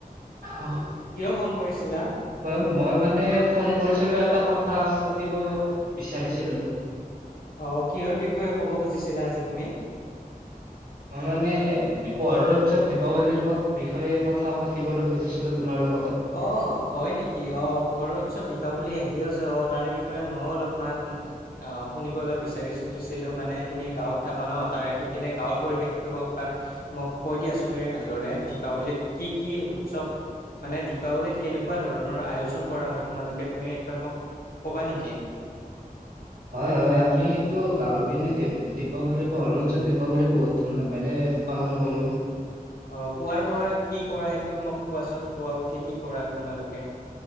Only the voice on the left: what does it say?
কিয় ফোন কৰিছিলা।
অ কিহৰ বিষয়ে ক'ব খুজিছিলা আজি তুমি
অ হয় নেকি অ পোহৰ উৎচৱ দীপাৱলী আহি আছ অ তাৰে বিষয়ে ময়ো অলপমান অ শুনিবলৈ বিচাৰিছিল। ছিলো মানে তুমি গাঁৱত থাকা ন তাৰ সিপিনে গাঁৱৰ পৰিৱেশটো মোক এবাৰ মোক কৈ দিয়াচোন তুমি ভালদৰে দীপাৱলীত কি-কি উৎসৱ মানে দীপাৱলীত কেনেকুৱা ধৰণৰ আয়োজন কৰা হয়। তোমালোকে তুমি একবাৰ মোক ক'বা নেকি?
অ পুৱোৱাৰ পৰা কি কৰা সেইটো মোক, কোৱাচোন পোৱা উঠ ঠিক কি কৰা তোমালোকে।